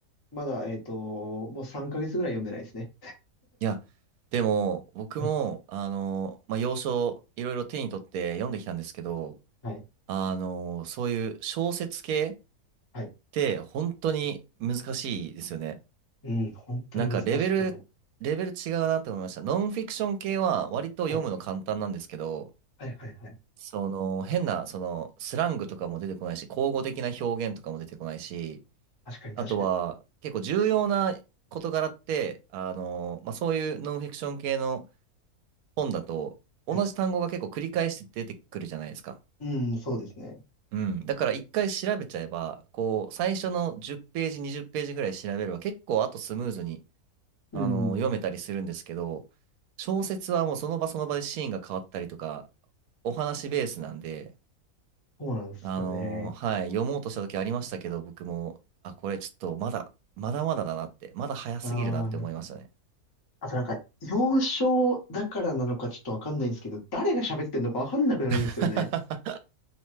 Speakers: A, on the left; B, on the right.
A: まだ、えっと、もう3ヶ月ぐらい読んでないですね。
B: いや、でも、僕も、
A: はい、
B: あの、まあ、洋書、いろいろ手に取って読んできたんですけど、
A: はい、
B: あの、そういう小説系っ
A: はい。
B: て本当に難しいですよね。
A: うん、本当に難しいと思う。
B: なんかレベル、レベル違うなって思いました。ノンフィクション系は割と読むの簡単なんですけど、
A: はい、はい、はい、はい。
B: その変な、そのスラングとかも出てこないし、口語的な表現とかも出てこないし、
A: 確かに、
B: あとは結構重要な事柄って、
A: 確かに。
B: あの、まあ、そういうノンフィクション系の本だと同じ単語が結構繰り返して出てくるじゃないですか。
A: はい。うん、そうですね。
B: うん。だから一回調べちゃえば、こう、最初の10ページ、20ページぐらい調べれば、結構あとスムーズに、
A: うん、
B: あの、読めたりするんですけど、小説はもうその場その場でシーンが変わったりとか、お話ベースなんで、
A: そうなんですよね。
B: あのーはい、読もうとした時ありましたけど、僕も、あ、これちょっとまだ、まだまだだなって、まだ早すぎるなって思いましたね。
A: ああ、あとなんか、幼少だからなのかちょっとわかんないんですけど、誰が喋ってんのかわかんなくなるんですよね。
B: <laughs>